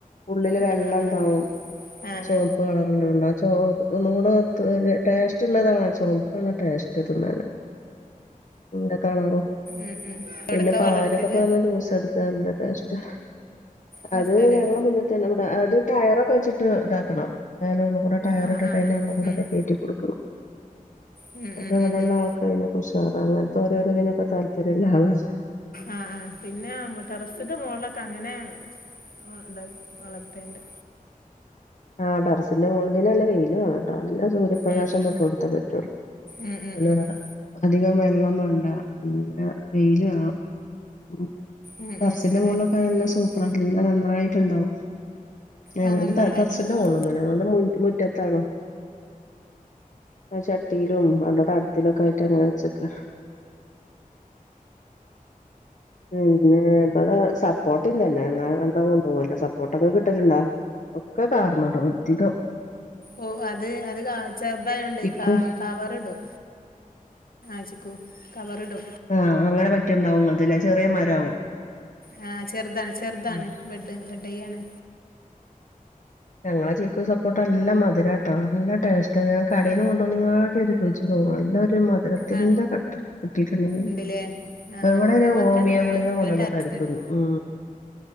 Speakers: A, on the left; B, on the left.
A: ഉള്ളില്
B: ആ
A: വെള്ളണ്ടാവും
B: ആ ആ ആ
A: ചോ-
B: ആ
A: ചോമപ്പ് കളറ് ഉള്ള യുണ്ട് ആ ചൊമപ്പ് ഒന്നുംകൂടെ ഒരു ടേസ്റ്റ് - മറ്റുള്ളതാ ആ ചോപ്പാണ് ടേസ്റ്റ് തിന്നാൻ എന്ത കളറും
B: ഉം ഉം എവിടക്കാ
A: പിന്നെ പാലൊക്കെ
B: വളർത്തിയത്
A: പാർന്ന് ജൂസടിച്ച നല്ല ടേസ്റ്റാ
B: ദേശത്തല്ലേ
A: അത് ഞങ്ങള മുന്ന തന്നെ ഇവിടെ അത് ടയറൊക്കെ വെച്ചിട്ട് ഇതാക്കണം ഞാൻ ഉള്ളു കൂടെ ടയർ
B: ആ
A: ഇട്ടിട്ട്
B: ആ
A: അയിൻ്റെ
B: ആ
A: ഉള്ളിൽ കൂടെ
B: ഉം
A: ഒക്കെ കേറ്റി കൊടുക്കുന്നു
B: ഉം
A: അത്
B: ഉം
A: ഇവിടെള്ളാക്കയിനൊക്കെ
B: ഉം ഉം
A: ഉഷാറാണ് അങ്ങൻത്തോരോരോ തൊക്കെ താല്പര്യള്ളാളാണ്
B: ആ ആ പിന്നെ ടെറസിന്റെ മോൾളൊക്കെ അങ്ങനെ ഉം ഇണ്ടാ വളർത്തീണ്ട്
A: ആ ടെർറിസിന്റെ മോൾ ഇതിന് നല്ല വെയില് വേണോട്ടാ നല്ല സൂര്യപ്രകാശം
B: ഉം ഉം
A: തട്ട്ണോട്ത്തേ പറ്റുള്ളൂ.
B: ഉം ഉം
A: അല്ലാതെ
B: ഉം ഉം
A: അധികം വെൾ വെള്ളം വേണ്ട നല്ല വെയിൽ വേണം ഉം
B: ഉം
A: ടെർസിന്റെ
B: ഉം അതെ
A: മോൾളൊക്കെ നല്ല
B: ഉം
A: സൂപ്പറ
B: ഉം
A: നല്ല നന്നായിട്ടുണ്ടാവും. എവിടുന്നു
B: ആ ന
A: ത
B: നന്നായിട്ടുണ്ടാവും
A: സിൻ്റെ മോൾളൊന്നല്ല ഞങ്ങളുടെ മു മുറ്റത്താണ്. അത് ചട്ടിയിലും അവിടെ തടത്തിലൊക്കെ ആയിട്ട് അങ്ങനെ വെച്ചക്കാ പിന്നെ ഇവിടെ സപ്പോട്ടെ തന്നെ കൊണ്ടോവല്ലേ സപ്പോട്ട ഒക്കെ കിട്ടല്ണ്ടോ. ഒക്കെ കാർന്നൊണ്ടോവും അധികം
B: ഓ അത് അത് കാ ചെറുതായോണ്ടേ
A: ചിക്കു
B: ക കവറിടും ആ ചിക്കൂ കവറിടും.
A: ആ അങ്ങനെ പറ്റിണ്ടാവും അതിലേ ചെറിയ മരാവും.
B: ആ ചെറുതാണ് ചെറുതാണ്
A: ഉം.
B: ബെഡ് ബെഡയ്യാണ്.
A: ഞങ്ങളെ ചിക്കു സപ്പോട്ട നല്ല മധുരാട്ടാ നല്ല ടേസ്റ്റാ ഈ കടേന്ന്
B: ആ
A: കൊണ്ടോന്നേങ്കാട്ടൊരു രുചി തോന്നും. നല്ലൊര് ഒരു മധുരത്തിന്റെ
B: ആ
A: കട്ട കിട്ടിട്ടുണ്ടെങ്കിൽ
B: ഉണ്ടല്ലേ ആ
A: എവിടെ
B: ആ അത്
A: അയിന്
B: മധുരമുണ്ട്
A: ഹോമിയോ
B: നല്ല
A: ഗുളിക
B: നല്ല
A: കൊണ്ടുവന്നിട്ടാടി
B: ടേസ്റ്റ് ഉണ്ട്
A: ഉൻ ഉം